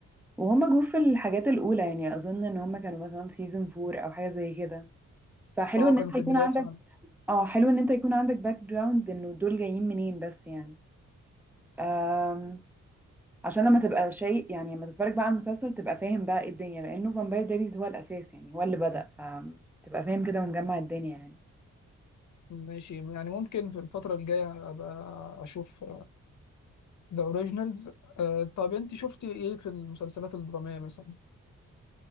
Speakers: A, in the centre; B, on the left.
A: وهم جو في الحاجات الاولى يعني اظن ان هم كانوا مثلا في سيزون فور او حاجه زي كده فحلو
B: اه
A: ان
B: كانوا
A: انت
B: في
A: يكون
B: البدايات
A: عندك
B: فعلا
A: اه حلو ان انت يكون عندك باك جراوند انه دول جايين منين بس يعني أم... عشان لما تبقى شيء يعني لما تتفرج بقى على المسلسل تبقى فاهم بقى ايه الدنيا لانه فامباير دايريز هو الاساس يعني هو اللي بدأ فتبقى فاهم كده ومجمع الدنيا يعني
B: ماشي يعني ممكن في الفتره الجايه ابقى اشوف ذا اوريجينالز طيب انت شفتي ايه في المسلسلات الدراميه مثلا